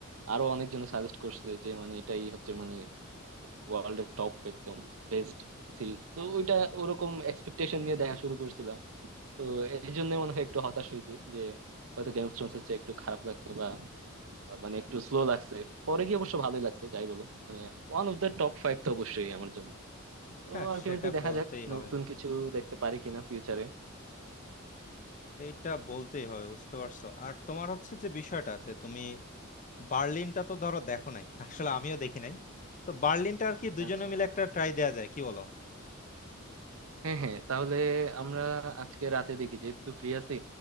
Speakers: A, on the right; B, on the left.
A: আরো অনেকজন সাজেস্ট করছে যে মানে এটাই হচ্ছে মানে ওয়ার্ল্ডের টপ একদম বেস্ট সিরিজ তো ওইটা ওরকম এক্সপেকটেশন নিয়ে দেখা শুরু করছিলাম তো এই জন্য মনে হয় একটু হতাশ হয়েছি যে হয়তো গেমস থ্রোনস হচ্ছে একটু খারাপ লাগছে বা আহ, মানে একটু স্লো লাগছে পরে গিয়ে অবশ্য ভালোই লাগছে যাই বলো মানে one of the top five তো অবশ্যই আমার জন্য তো
B: হ্যাঁ
A: আলটিমেটলি
B: সেটা
A: দেখা
B: বলতেই
A: যাক
B: হবে
A: নতুন কিছু দেখতে পারি কিনা ফিউচারে
B: এইটা বলতেই হবে বুঝতে পারছো আর তোমার হচ্ছে যে বিষয়টা যে তুমি বার্লিনটা তো ধরো দেখো নাই <laughs> আসলে আমিও দেখি নাই তো বার্লিনটা আর কি দুজনে
A: আচ্ছা
B: মিলে একটা ট্রাই দেয়া যায় কি বলো
A: হ্যাঁ হ্যাঁ তাহলে আমরা আজকে রাতে দেখি যেহেতু ফ্রি আছি